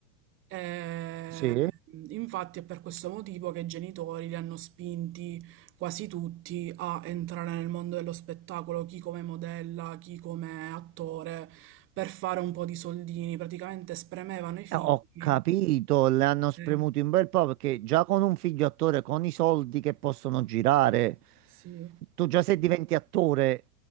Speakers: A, on the right; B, on the right.
A: Eh,
B: sì,
A: infatti è per questo motivo che i genitori li hanno spinti quasi tutti a entrare nel mondo dello spettacolo, chi come modella, chi come attore, per fare un po' di soldini. Praticamente spremevano i figli.
B: Eh, ho capito, le hanno spremuto
A: Eh,
B: un bel po' perché già con un figlio attore, con i soldi che possono girare,
A: Sì,
B: tu già se diventi attore,